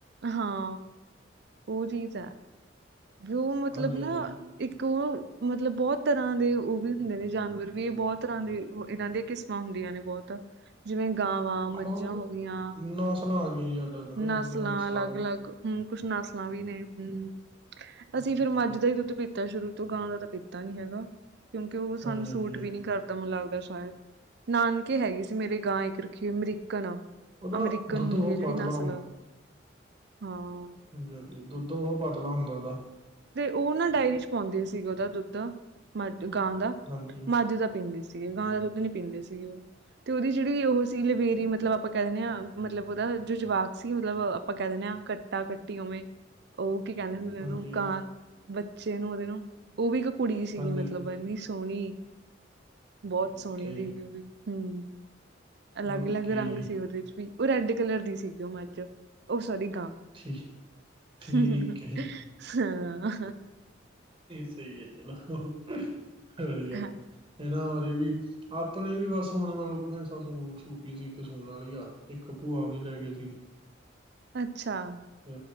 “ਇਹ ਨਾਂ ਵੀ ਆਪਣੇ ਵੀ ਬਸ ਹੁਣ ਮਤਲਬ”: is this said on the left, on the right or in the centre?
Right